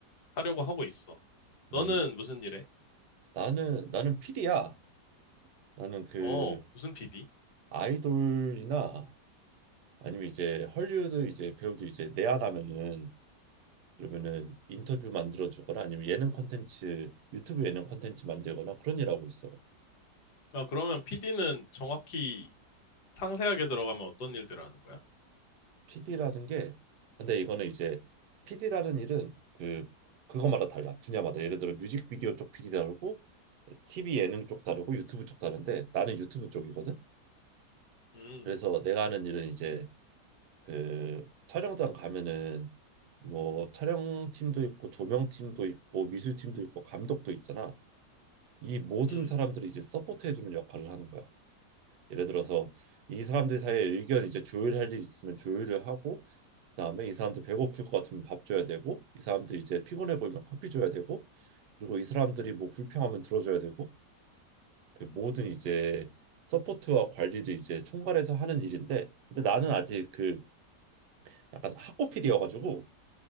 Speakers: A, on the left (about 70°); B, on the right (about 75°).
A: 하려고 하고 있어. 너는
B: 음.
A: 무슨 일해?
B: 나는 나는 피디야 나는 그
A: 어, 무슨 PD?
B: 아이돌이나 아니면 이제 헐리우드 이제 배우들 이제 내한하면은 그러면은 인터뷰 만들어 주거나 아니면 예능 콘텐츠 유튜브 예능 콘텐츠 만들거나 그런 일 하고 있어.
A: 아, 그러면 PD는 정확히 상세하게 들어가면 어떤 일들을 하는 거야?
B: PD라는 게 근데 이거는 이제 PD라는 일은 그 그거마다 달라 분야마다 예를 들어 뮤직비디오 쪽 PD 다르고 TV 예능 쪽 다르고 유튜브 쪽 다른데 나는 유튜브 쪽이거든
A: 음,
B: 그래서 내가 하는 일은 이제 그 촬영장 가면은 뭐 촬영팀도 있고 조명팀도 있고 미술팀도 있고 감독도 있잖아 이 모든
A: 음.
B: 사람들이 이제 서포트해주는 역할을 하는 거야 예를 들어서 이 사람들 사이에 의견 이제 조율할 일 있으면 조율을 하고 그다음에 이 사람들 배고플 것 같으면 밥 줘야 되고 이 사람들 이제 피곤해 보이면 커피 줘야 되고 그리고 이 사람들이 뭐 불평하면 들어줘야 되고 그 모든 이제 서포트와 관리를 이제 총괄해서 하는 일인데 근데 나는 아직 그 약간 학고 PD여가지고